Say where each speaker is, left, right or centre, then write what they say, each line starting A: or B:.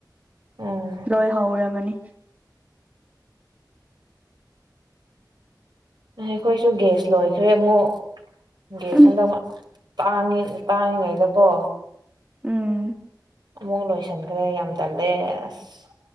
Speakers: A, on the right (about 70°); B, on the right (about 20°).
A: ꯎꯝ
B: ꯂꯣꯢ ꯍꯧꯔꯕꯅꯤ
A: ꯑꯈꯣꯏꯁꯨ ꯒꯦꯁ ꯂꯣꯏꯈ꯭ꯔꯦ ꯑꯃꯨꯛ ꯒꯦꯌꯥꯁ
B: ꯎꯝ
A: ꯍꯟꯗꯛ ꯇꯥꯡꯉꯦ ꯇꯥꯡꯉꯤꯉꯩꯗꯀꯣ
B: ꯎꯝ
A: ꯑꯃꯨꯛ ꯂꯣꯏꯁꯟꯈ꯭ꯔꯦ ꯌꯥꯝ ꯇꯜꯂꯦ ꯑꯁ